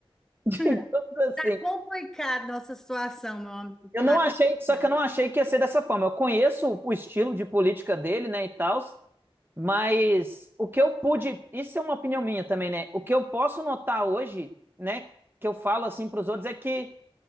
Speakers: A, on the right; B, in the centre.
A: digamos
B: <laughs>
A: assim,
B: Tá complicada a nossa situação, meu amigo.
A: Eu não
B: Tá
A: achei,
B: complicado.
A: só que eu não achei que ia ser dessa forma. Eu conheço o estilo de política dele, né, e tal, mas o que eu pude, isso é uma opinião minha também, né? O que eu posso notar hoje, né, que eu falo assim para os outros é que